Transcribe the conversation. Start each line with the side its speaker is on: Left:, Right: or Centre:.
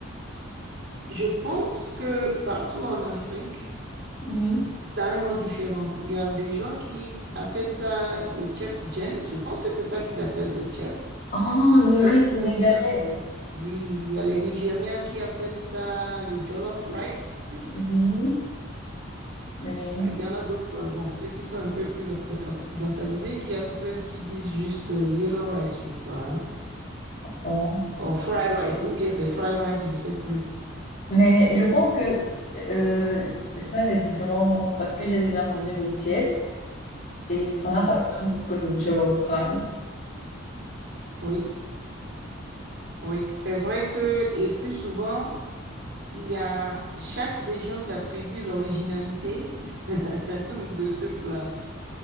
Right: je pense que partout en Afrique,
Left: Oui.
Right: ça a un nom différent. Il y a des gens qui appellent ça le tchèp-djen. Je pense que c'est ça qu'ils appellent le tchèp.
Left: Oh, le
Right: Il y
Left: riz
Right: a les
Left: sénégalais.
Right: Nigériens. Oui, il y a les Nigériens qui appellent ça le jollof rice.
Left: Oui, oui.
Right: Bah, Il y en a d'autres, euh, bon, ceux qui sont un peu plus occ- occidentalisés, qui appellent, qui disent juste euh, yellow rice, je crois, hein,
Left: Oh.
Right: ou fried rice, ou bien c'est fried rice, je ne sais plus.
Left: Mais je pense que euh, ça a des différents goûts parce que j'ai déjà mangé le tiède et ça
Right: Mhm.
Left: n'a pas le même goût que le jollof rice.
Right: Oui, oui, c'est vrai que, et plus souvent, il y a, chaque région s'attribue l'originalité <laughs> de ce plat.